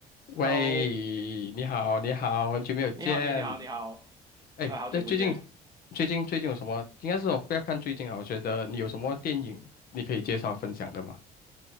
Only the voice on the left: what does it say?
喂，
你好，你好，很久没有见。
哎，
对，最近，最近，最近有什么？应该是我不要看最近啊。我觉得你有什么电影你可以介绍分享的吗？